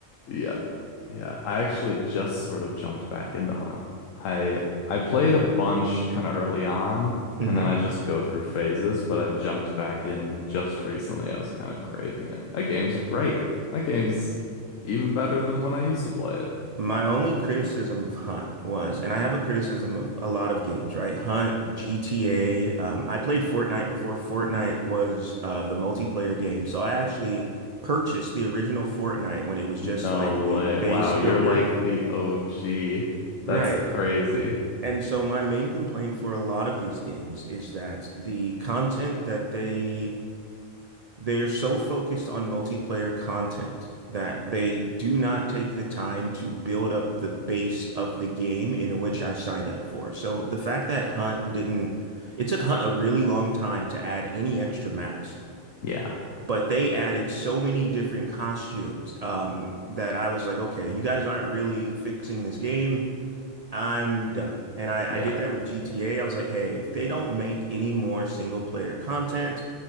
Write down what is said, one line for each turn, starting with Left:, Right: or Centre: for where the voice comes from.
Left: Yeah. Yeah. I actually just sort of jumped back into Hunt. I I played a bunch kind of early on,
Right: hmm
Left: and then I just go through phases, but I jumped back in just recently. I was kind of craving it. That game's great. That game's even better than when I used to play it.
Right: My only criticism of Hunt was, and I have a criticism of a lot of games, right? Hunt, GTA. Um, I played Fortnite before Fortnite was uh, the multiplayer game. So I actually purchased the original Fortnite when it was just
Left: No
Right: like the
Left: way.
Right: base
Left: Wow,
Right: builder.
Left: you're like the OG.
Right: Right.
Left: That's crazy.
Right: And so my main complaint for a lot of these games is that the content that they They are so focused on multiplayer content that they do not take the time to build up the base of the game in which I signed up for. So the fact that Hunt didn't, it took Hunt a really long time to add any extra maps,
Left: Yeah,
Right: but they added so many different costumes um, that I was like, okay, you guys aren't really fixing this game. I'm done. And I,
Left: Yeah.
Right: I did that with GTA. I was like, hey, if they don't make any more single player content,